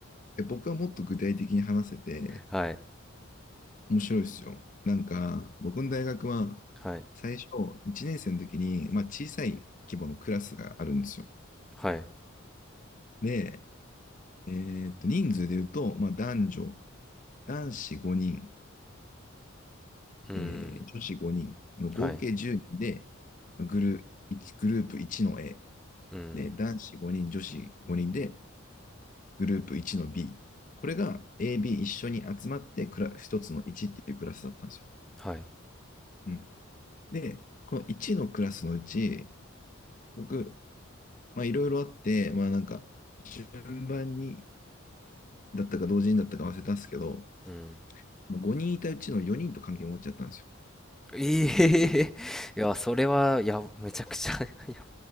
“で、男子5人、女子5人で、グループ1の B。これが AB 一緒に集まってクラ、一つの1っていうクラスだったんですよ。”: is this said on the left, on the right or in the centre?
Left